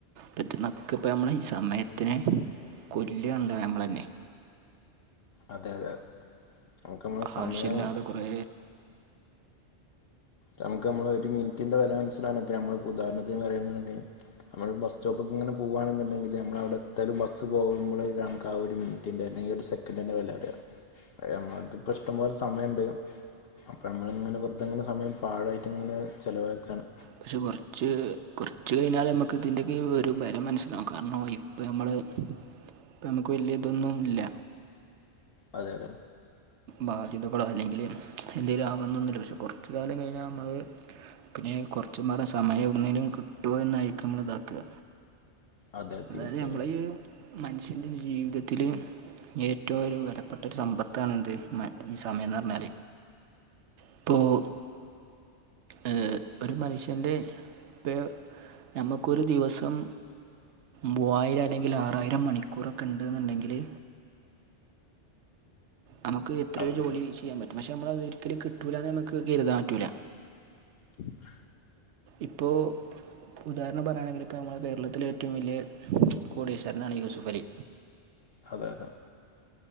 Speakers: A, on the right; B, on the left.
A: പറ്റുന്നതൊക്കെ പ്പൊ ഇപ്പമ്മളെ ഈ സമയത്തിനെ.. കൊല്ലാണല്ലോ നമ്മളെന്നെ.
B: അതെ അതെ നമുക്ക നമ്മളെ സമയം..
A: ആവശ്യമില്ലാതെ കുറേ
B: നമുക്ക് നമ്മള് ഒരു മിനിറ്റിന്റെ വെല മനസ്സിലാണ് ഇപ്പ നമ്മിളിപ്പൊ ഉദാഹണത്തിന് പറയണന്ന്ണ്ടങ്കി.. നമ്മള് ബസ്സ്‌റ്റോപ്പിക്ക്ങ്ങനെ പൂവാണെന്നുണ്ടെങ്കില് നമ്മളവടെത്തലും ബസ്സ് പോകുമ്പൊള് നമുക്ക് ആ ഒരുമിന്.. റ്റിന്റെ അല്ലങ്കി ഒരു സെക്കന്റിന്റെ വെല അറിയ അയ് നമ്മളെര്ത്ത് ഇപ്പൊ ഇഷ്ടം പോലെ സമയണ്ട് അപ്പൊ നമ്മള്ങ്ങനെ വെറുതെങ്ങനെ സമയം.. പാഴായിട്ട്ങ്ങനെ ചെലവാക്കാണ്.
A: പക്ഷെ കൊറച്ച് കൊറച്ച് കഴിഞ്ഞാല് നമുക്ക് ഇതിന്റെക്കെ ഈ ഒരു വെല മനസ്സിലാകും കാരണം ഇപ്പ ഞമ്മള് ഇപ്പം നമുക്ക് വലിയ ഇതൊന്നും ല്ല
B: അതെ അതെ
A: ബാധ്യതകളോ അല്ലെങ്കില് എന്തേങ്കിലും ആവണെന്നൊന്നുമില്ല പക്ഷെ കൊറച്ച് കാലം കഴിഞ്ഞാൽ നമ്മള്.. പിന്നെ കുറച്ചും പാടെ സമയ എവിടുന്നേലും കിട്ടോ ന്നായിരിക്കു നമ്മളിതാ.. താ
B: അതെ
A: എന്തായാലും
B: തീർച്ചയായും
A: ഞമ്മളെയൊരു.. മനുഷ്യൻ്റെ ജീവിതത്തിൽ ഏറ്റവും വിലപ്പെട്ട ഒരു സമ്പത്താണ എന്ത്.. മറ്റേ ഈ സമയംന്ന് പറഞ്ഞാൽ ഇപ്പോൾ.. ഏ ഒരു മനുഷ്യന്റെപ്പേ നമുക്കൊരു ദിവസം.. മൂവായിരം അല്ലെങ്കില് ആറായിരം മണിക്കൂറൊക്കെ ഉണ്ട്ന്നുണ്ടെങ്കില് നമുക്ക് എത്രയോ
B: അതെ
A: ജോലി
B: അതെ
A: ചെയ്യാ പറ്റും പക്ഷെ നമ്മളതൊരിക്കലും കിട്ടൂലാന്ന് നമുക്ക് കരുതാൻ പറ്റൂല.
B: ഹ് സ്
A: ഇപ്പോ.. ഉദാഹരണം പറയുകയാണെങ്കിൽ ഇപ്പോൾ നമ്മുടെ കേരളത്തിലെ ഏറ്റവും വലിയ കോടീശ്വരനാണ് യൂസുഫലി..
B: അതെയതെ.